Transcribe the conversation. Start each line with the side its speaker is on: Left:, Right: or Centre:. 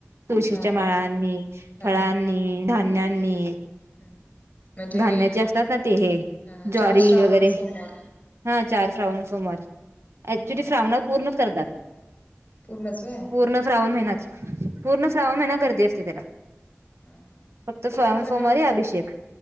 Right: तुळशीच्या
Left: हा हा
Right: माळांनी,
Left: हा
Right: फळांनी, धान्यांनी.
Left: हम्म. म्हणजे
Right: धान्याचे असतात ना ते हे
Left: हा
Right: ज्वारी
Left: चार श्रावण
Right: वगैरे
Left: सोमवार
Right: हा चार श्रावण सोमवार. ऍक्च्युली
Left: हा हा
Right: शश्रावणात पूर्ण करतात.
Left: पूर्णच वय.
Right: पूर्ण श्रावण महिना पूर्ण श्रावण
Left: हम्म
Right: महिना गर्दी असते त्याला.
Left: हा हा
Right: फक्त
Left: ते
Right: श्रावण
Left: काय आपण
Right: सोमवारी अभिषेक.